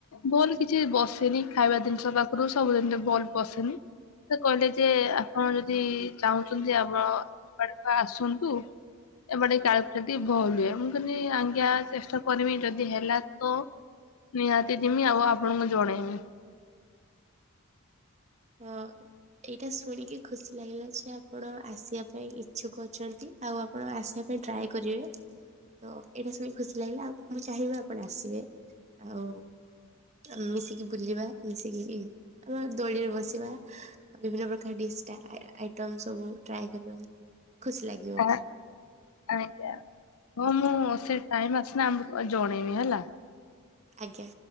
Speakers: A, on the left; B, on the right.
A: ଭଲ କିଛି ବସେନି ଖାଇବା ଜିନିଷ ପାଖରୁ ସବୁଦିନ ବଲ ବସେନି ସେ କହିଲେ ଯେ ଆପଣ ଯଦି ଚାହୁଁଛନ୍ତି ଆପଣ ଏପଡ ଆସନ୍ତୁ। ଏପଟେ କାଳୀ ପୂଜାଟି ଭଲ ହୁଏ, ମୁଁ କିହିଲି ଆଜ୍ଞା ଚେଷ୍ଟା କରିବି ଯଦି ହେଲା ତ। ନିହାତି ଯିମି ଆଉ ଆପଣଙ୍କୁ ଜଣେଇବି।
B: ହଁ ଏଇଟା ଶୁଣିକି ଖୁସି ଲାଗିଲା ଯେ ଆପଣ ଆସିବା ପାଇଁ ଇଚ୍ଛୁକ ଅଛନ୍ତି। ଆଉ ଆପଣ ଆସିବା ପାଇଁ ଟ୍ରାଏ କରିବେ। ତ ଏଇଟା ଶୁଣି ଖୁସି ଲାଗିଲା, ଆଉ ମୁଁ ଚାହିଁବି ଆପଣ ଆସିବେ ଆଉ ଆମେ ମିଶିକି ବୁଲିବା ମିଶିକି ଆମର ଦୋଳିରେ ବସ ସିବା ଆଉ ବିଭିନ୍ନ ପ୍ରକାର ଡ଼ିସ ଟା ଆଇଟମ୍ ସବୁ ଟ୍ରାଏ କରିବା, ଖୁସି ଲାଗି
A: ଆଁ ଆଜ୍ଞା। ହଁ ମୁଁ ସେ ଟାଇମ ଆସନା ଆମକୁ ଜଣେଇବି ହେଲା?
B: ଆଜ୍ଞା।